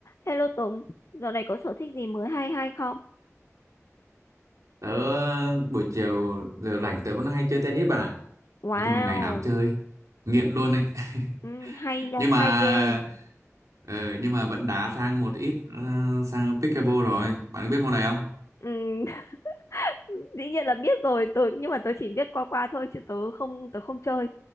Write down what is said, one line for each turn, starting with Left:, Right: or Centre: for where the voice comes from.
Left: Hello Tùng, dạo này có sở thích gì mới hay hay không?
Right: Tớ ờ, buổi chiều giờ rảnh tớ vẫn hay chơi tennis bạn ạ.
Left: Wow,
Right: Nói chung là ngày nào cũng chơi, nghiện luôn ấy. <laughs>
Left: ừ, hay nha,
Right: Nhưng
Left: hay
Right: mà
Left: ghê.
Right: ờ, nhưng mà vẫn đá sang một ít ờ, sang pickleball rồi. Bạn biết môn này không?
Left: Ừ, <laughs> dĩ nhiên là biết rồi, tớ, nhưng mà tớ chỉ biết qua qua thôi chứ tớ không tớ không chơi.